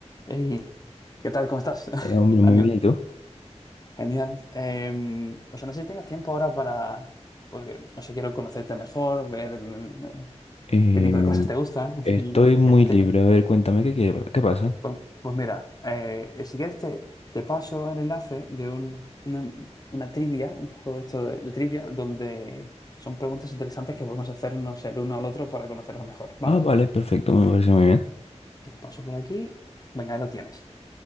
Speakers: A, on the left; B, on the left.
A: Hey, ¿qué tal? ¿Cómo estás? <laughs>
B: Eh, hombre,
A: Daniel,
B: muy bien, ¿y tú?
A: genial. Eh, o sea, no sé si tengas tiempo ahora para, porque, no sé, quiero conocerte mejor, ver eh,
B: Eh,
A: qué tipo de cosas te gustan <laughs>
B: estoy
A: y,
B: muy
A: y hacerte...
B: libre.
A: con-
B: A ver, cuéntame qué, qué, qué pasa.
A: Pues, pues mira, eh, si quieres te, te paso el enlace de un, una, una trivia, un juego de esto de, de trivia, donde son preguntas interesantes que podemos hacernos el uno al otro para conocernos mejor, ¿vale?
B: Ah, vale, perfecto, me parece muy bien.
A: Te lo paso por aquí. Venga, ahí lo tienes.